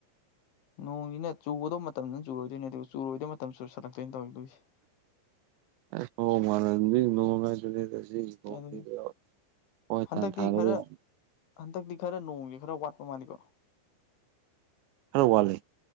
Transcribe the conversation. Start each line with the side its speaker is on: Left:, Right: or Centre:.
Left: ꯅꯣꯡꯁꯤꯅ ꯆꯨꯒꯗꯧ ꯃꯇꯝꯁꯤꯅ ꯆꯨꯔꯣꯏꯗꯣꯏꯅꯤ ꯑꯗꯨꯒ ꯆꯨꯔꯣꯏꯗꯕ ꯃꯇꯝ ꯆꯨꯁꯜꯂꯛꯇꯣꯏꯅꯦ ꯇꯧꯋꯤꯗꯣꯏꯁꯦ
Right: <unintelligible> ꯅ‌ꯣꯡ ꯍꯥꯏꯁꯤ ꯨ
Left: ꯑꯗꯨꯅꯤ
Right: <unintelligible> ꯍꯣꯏ
Left: ꯍꯟꯗꯛꯇꯤ
Right: ꯇꯥꯟ ꯊꯥꯔꯨꯕ
Left: ꯈꯔ
Right: ꯌꯥꯏ
Left: ꯍꯟꯗꯛꯇꯤ ꯈꯔ ꯅꯣꯡꯒꯤ ꯈꯔ ꯋꯥꯠꯄ ꯃꯥꯜꯂꯤꯀꯣ
Right: ꯈꯔ ꯋꯥꯠꯂꯤ